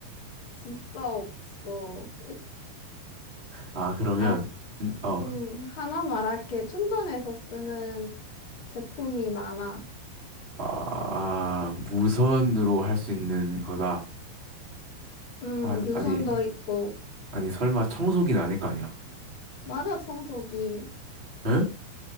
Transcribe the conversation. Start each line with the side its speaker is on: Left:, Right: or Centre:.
Left: 진짜 없어. 이-
Right: 아, 그러면,
Left: 아,
Right: 음, 어,
Left: 음, 하나 말할게. 충전해서 쓰는 제품이 많아.
Right: 아, 무선으로 할 수 있는 거다.
Left: 음,
Right: 아,
Left: 유선도
Right: 아니,
Left: 있고,
Right: 아니, 설마 청소기는 아닐 거 아니야?
Left: 맞아, 청소기.
Right: 에?